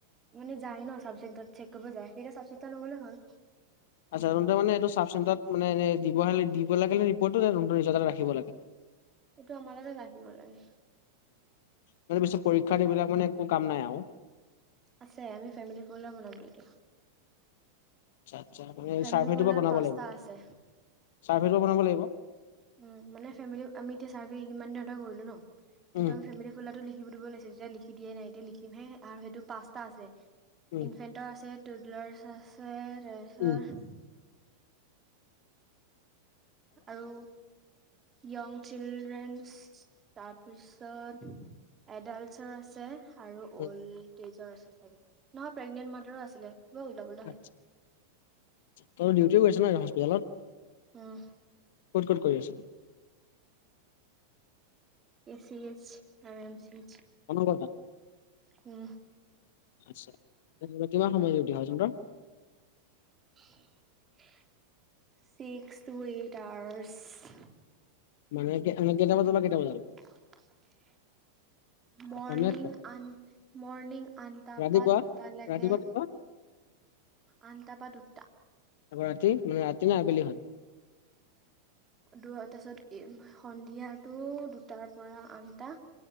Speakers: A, on the right; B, on the left.
A: মানে যায় ন চাব চেটাৰত চেক কৰিব যায় তেটিয়া চাব চেণ্টাৰ নগলে হ'ল।
B: আচ্ছানতে মানে এইটো চাব চেণতাৰত মানে দিব দিব লাগে ৰিপৰ্টটো ৰিজ্ এটা ৰাখিব লাগে
A: এইটো আমাৰতাতে ৰাখিব লাগে
B: মানে পিছত পৰীক্ষাত এইবিলাক মানে একো কাম নাই আৰু
A: আছে আমি ফেমিলি ফাৰ বনাম দি এতিয়া
B: আচ্ছা আচ্ছা এই
A: ফেমিলি
B: চাৰ্ফেটোৰ
A: পলাৰ
B: পৰা বনাব
A: পাঁচটা
B: লাগিব
A: আছে
B: চাৰ্ফেটৰ বনাব লাগিব
A: উম মানে ফেমলি আমি এতিয়া চাৰ্ভে ইমানদিনতে এটা কৰিলো ন কিন্তু
B: উম
A: আমি ফে ফুল টো লিখিব দিব লাগিছিল তেতিয়া লিখি দিয়ে নাই এতিয়া লিখিমহে আৰু সেইটো পাচটা আছেে
B: উম
A: ইণ ফে আছে টুদলাৰছ আছে তাৰপিছত
B: উম
A: আৰু য়ং চিলড্ৰেনছ তাৰপিছত এডাল্টছৰ আছে আৰু
B: উম
A: অল্ড এজৰ আছে চাগে নহয় প্ৰেগনেন্ট মাডাৰো আছিলে কিবা উওল
B: আচছা, তই ডিউটিও কৰিছ ন হস্পিতেলত
A: উম
B: ক'ত ক'ত কৰি আছ
A: এ চিছ আৰ এম চি
B: কনা কথা
A: উম
B: আচ্ছা তাতে কিমান সময় ডিউটি হয় তহতৰ
A: <unintelligible> ছিক্স টু এইট আৱাৰছ
B: মানে এনে কেইটা বজাৰ পৰা কেইটা বজালৈ
A: <unintelligible> মৰ্ণিং
B: অসমীয়া
A: আন মৰ্ণিং আনটা
B: ৰাতিপুৱা
A: পা দুটালৈকে
B: ৰাতিপুৱা কেতিয়াবা
A: আন্ত পা দুুটা
B: আকৌ ৰাতি ৰাতি নে আবেলি হয়
A: দুৰত তাৰ পিছত এ সন্ধিয়াটো দুটাৰ পৰা আনটা